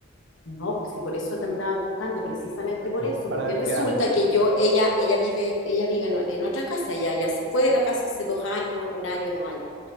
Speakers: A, on the left; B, on the right.
A: No, pues sí, por eso te andaba buscando, precisamente por
B: Mm.
A: eso,
B: Para
A: porque
B: ver
A: resulta
B: qué hace.
A: que yo, ella, ella vive, ella vive en, en otra casa, ella ya se fue de la casa hace dos años, un año, dos años.